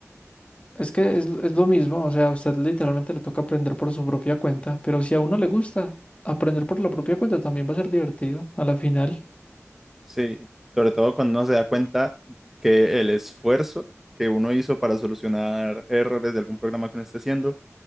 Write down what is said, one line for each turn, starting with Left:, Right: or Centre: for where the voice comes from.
Left: es que es, es lo mismo, o sea, a usted literalmente le toca aprender por su propia cuenta, pero si a uno le gusta aprender por la propia cuenta también va a ser divertido a la final.
Centre: Sí, sobre todo cuando uno se da cuenta que el esfuerzo que uno hizo para solucionar errores de algún programa que uno esté haciendo,